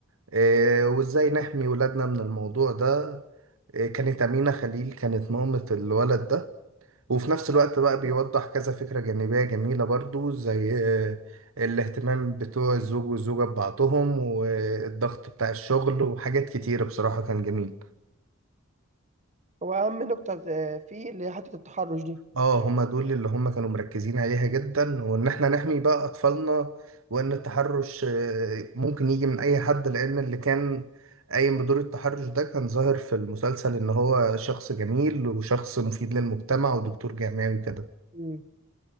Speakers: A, on the right; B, on the right.
A: آه، وازاي
B: اه
A: نحمي ولادنا من الموضوع ده آه، كانت أمينة خليل كانت مامة الولد ده وفي نفس الوقت بقى
B: تمام.
A: بيوضح كذا فكرة جانبية جميلة برضو زي آه، الاهتمام بتوع الزوج والزوجة ببعضهم والضغط بتاع الشغل وحاجات كتيرة بصراحة كان جميل
B: هو اهم نقطه آه، فيه اللي هي حته التحرش دي
A: اه هما دول اللي هما كانوا مركزين عليها جدا وان احنا نحمي بقى اطفالنا وان التحرش آه، ممكن يجي من اي حد لان اللي كان قايم بدور التحرش ده كان ظاهر في المسلسل ان هو شخص جميل وشخص مفيد للمجتمع ودكتور جامعي وكده
B: مم.